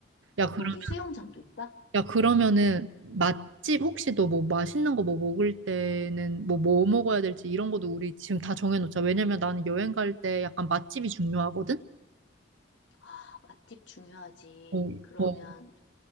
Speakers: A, on the left; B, on the right.
A: 어,
B: 야, 그럼,
A: 거기 수영장도 있다?
B: 야, 그러면은, 맛집 혹시 너 뭐 맛있는 거 뭐 먹을 때는 뭐 뭐 먹어야 될지 이런 것도 우리 지금 다 정해놓자. 왜냐면 나는 여행 갈 때 약간 맛집이 중요하거든?
A: 아, 맛집 중요하지.
B: 어,
A: 그러면,
B: 어,